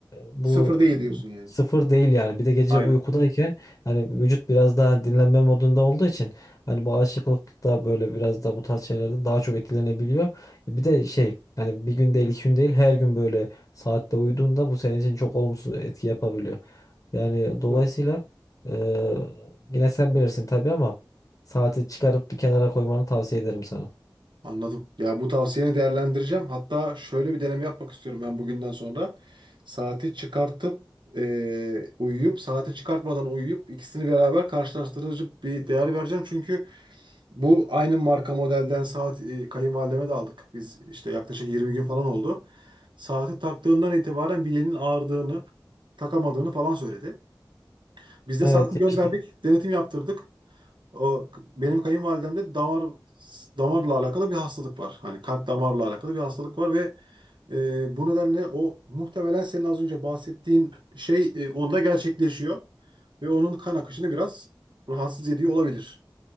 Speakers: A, on the left; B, on the right.
A: bu
B: sıfır değil diyorsun yani.
A: sıfır değil yani. Bir de gece
B: Aynen.
A: uykudayken hani vücut biraz daha dinlenme modunda olduğu için hani bağışıklık da böyle biraz da bu tarz şeylerde daha çok etkilenebiliyor. E, Bir de şey hani bir gün değil iki gün değil her gün böyle saatte uyuduğunda bu senin için çok olumsuz etki yapabiliyor. Yani dolayısıyla
B: Hı,
A: e, yine sen bilirsin tabii ama Saati çıkarıp bir kenara koymanı tavsiye ederim sana.
B: Anladım. Ya bu tavsiyeni değerlendireceğim. Hatta şöyle bir deneme yapmak istiyorum ben bugünden sonra. Saati çıkartıp e, uyuyup, saati çıkartmadan uyuyup ikisini beraber karşılaştırıcı bir değer vereceğim. Çünkü bu aynı marka modelden saat e, kayınvalideme de aldık. Biz işte yaklaşık 20 gün falan oldu. Saati taktığından itibaren bileğinin ağrıdığını, takamadığını falan söyledi. Biz de
A: Evet
B: saati
A: yaşlı.
B: gönderdik,
A: Tamam.
B: denetim yaptırdık. O benim kayınvalidemde de damar damarla alakalı bir hastalık var. Hani kalp damarla alakalı bir hastalık var ve e, bu nedenle o muhtemelen senin az önce bahsettiğin şey e, onda gerçekleşiyor ve onun kan akışını biraz rahatsız ediyor olabilir.